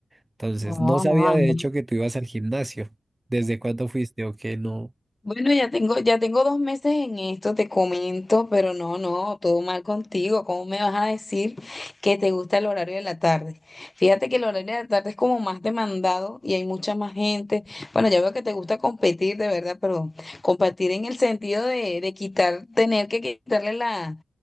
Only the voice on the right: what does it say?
Entonces,
no sabía
de hecho que tú ibas al gimnasio. ¿Desde cuándo fuiste o qué no?